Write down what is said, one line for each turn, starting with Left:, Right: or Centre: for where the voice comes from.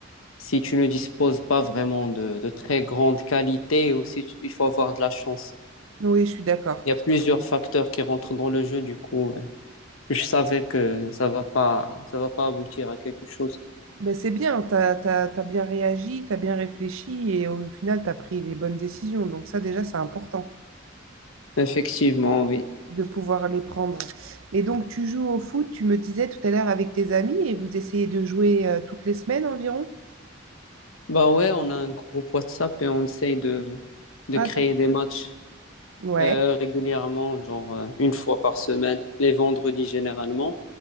Left: si tu ne disposes pas vraiment de, de très grandes qualités, aussi tu- il faut avoir de la chance.
Right: Oui, je suis d'accord.
Left: Il y a plusieurs facteurs qui rentrent dans le jeu, du coup, euh, je savais que ça va pas, ça va pas aboutir à quelque chose.
Right: Ben, c'est bien, t'as, t'as, t'as bien réagi, t'as bien réfléchi et au final, t'as pris les bonnes décisions. Donc ça, déjà, c'est important
Left: Effectivement, oui.
Right: de pouvoir les prendre. Et donc, tu joues au foot, tu me disais tout à l'heure avec tes amis et vous essayez de jouer euh, toutes les semaines environ?
Left: Bah ouais, on a un groupe WhatsApp et on essaye de, de
Right: Ah,
Left: créer
Right: t'as-
Left: des matchs
Right: ouais,
Left: euh, régulièrement, genre euh, une fois par semaine, les vendredis généralement.